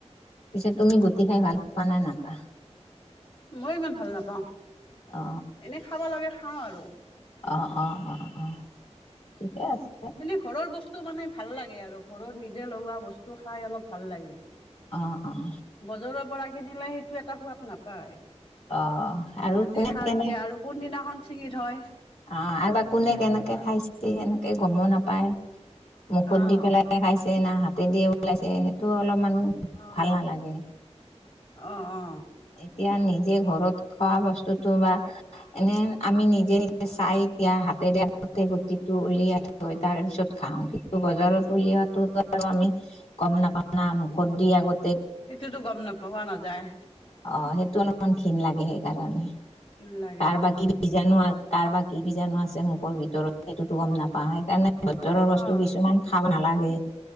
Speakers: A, on the left; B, on the left.
A: পিছেত তুমি গুটি খাই ভাল পা নে নাপা।
B: মই ইমান ভাল নাপাওঁ
A: অ
B: এনে খাব লগে খাওঁ আৰু।
A: অ অ অ অ ঠিকে আছে।
B: এনেই ঘৰৰ বস্তু মানে ভাল লাগে আৰু ঘৰত নিজে লগোৱা বস্তু খাই অলপ ভাল লাগে।
A: অঁ অঁ
B: বজৰৰ পৰা কিনিলে সেইটো এটা সোৱাদ নাপায়
A: অ
B: সিহঁতে
A: আৰু কোনে
B: সাৰ
A: কেনে
B: দিয়ে আৰু কোনদিনাখন ছিঙি থয়
A: অ আৰু বা কোনে কেনেকে খাইছে এনেকে গম নাপায় মুখত
B: অ',
A: দি পেলাই খাইছে না হাতে দিয়ে ওলাইছে সেইটো অলপমান
B: অ',
A: ভাল নালাগে
B: অ অ
A: এতিয়া নিজে ঘৰত খোৱা বস্তুতটো বা এনে আমি নিজে নি চাই দিয়া হাতেৰে <unintelligible> গুটিটো উলিয়াই থাক গৈ তাৰ পিছত খাওঁ কিন্তু বজাৰত উলওৱাটোতো আৰু আমি গম নাপাওঁ না মুখত দি আগত
B: অ সেইটোতো গম নাপাও কোৱা নাযায়
A: অ সেইটো অলপমান ঘীণ লাগে সেইকাৰণে
B: তিল লাগে
A: কাৰ বা
B: অ',
A: কি বীজাণু কাৰ বা কি বীজাণু আছে মুখৰ ভিতৰত সেইটোতো গম নাপাওঁ সেইকাৰণে বজাৰৰ বস্তু
B: অ',
A: কিছুমান খাব নালাগে